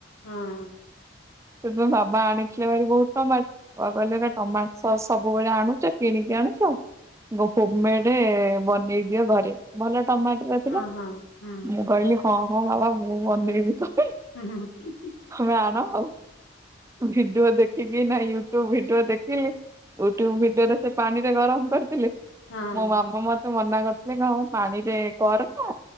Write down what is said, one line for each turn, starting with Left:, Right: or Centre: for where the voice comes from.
Left: ହଁ।
Right: ସେପଁ ବାବା ଆଣିଥିଲେ ଭାରି ବହୁତ ଟମାଟ କୁଆ କହିଲେ ଏରା ଟମାଟ ସ ସବୁବେଳେ ଆଣୁଛ କିଣିକି ଆଣୁଚ। ହୋମ ମେଡ ବନେଇ ଦିଅ ଘରେ ଭଲ ଟମାଟର
Left: ହଁ
Right: ଥିଲା
Left: ହଁ ହୁଁ
Right: ମୁଁ କହିଲି ହଁ ହଁ ବାବା ମୁଁ ମନେଇବି ତମେ
Left: ହୁଁ ହୁଁଁ।
Right: ତମେ ଆଣ ଆଉ ଭିଡିଓ ଦେଖିକି ନା ୟୁଟ୍ୟୁବ ଭିଡିଓ ଦେଖିଲି ୟୁଟ୍ୟୁବ ଭିଡିଓ ରେ ସେ ପାଣିରେ ଗରମ କରିଥିଲେ।
Left: ହଁ
Right: ମୋ ମାମା ମତେ ମନା କରିଥିଲେ କଣ ପାଣିରେ କର ନା